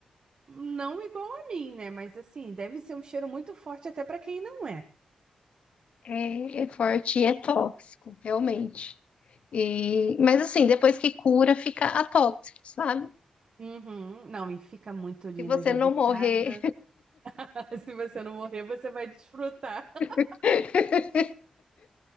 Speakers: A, on the right; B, on the left.
A: Não igual a mim, né? Mas assim, deve ser um cheiro muito forte até pra quem não é.
B: É, é forte e é tóxico, realmente. E, mas assim, depois que cura, fica atóxico, sabe?
A: Uhum. Não, e fica muito lindo.
B: Se você
A: Eu já
B: não
A: vi
B: morrer.
A: cada. <laughs> Se você não morrer, você vai desfrutar. <laughs>
B: <laughs>